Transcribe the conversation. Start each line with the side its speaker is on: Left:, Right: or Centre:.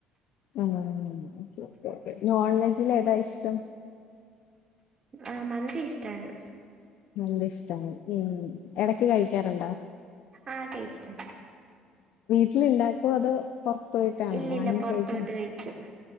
Left: മ്മ് ഓക്കേ നോൺവെജിൽ ഏതാ ഇഷ്ടം
Right: ആ മന്തി ഇഷ്ടാണ്
Left: മന്തി ഇഷ്ടാണ് എടക്ക് കഴിക്കാറുണ്ടോ
Right: ആ കഴിക്കല്ണ്ട്‌
Left: ട്ടിലിണ്ടാക്കോ അതോ പൊർത്തോയിട്ടാണോ
Right: ഇല്ലില്ല
Left: വാങ്ങികഴിക്ക
Right: പുറത്ത് പോയിട്ട് കഴിക്കും